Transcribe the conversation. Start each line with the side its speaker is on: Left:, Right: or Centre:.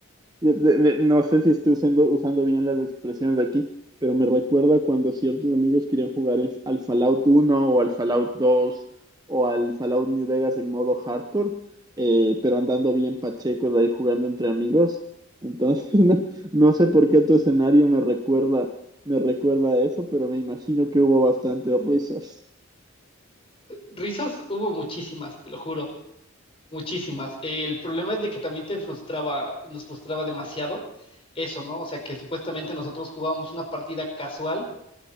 Right: de- de- de- no sé si estoy usando, usando bien las expresiones de aquí, pero me recuerda cuando ciertos amigos querían jugar el- al Fallout uno o al Fallout dos o al Fallout New Vegas en modo hardcore, eh, pero andando bien pachecos ahí jugando entre amigos. Entonces, <laughs> no, no sé por qué tu escenario me recuerda, me recuerda a eso, pero me imagino que hubo bastantes risas.
Left: Risas hubo muchísimas, te lo juro, muchísimas. El problema es de que también te frustraba, nos frustraba demasiado eso, ¿no? O sea, que supuestamente nosotros jugábamos una partida casual,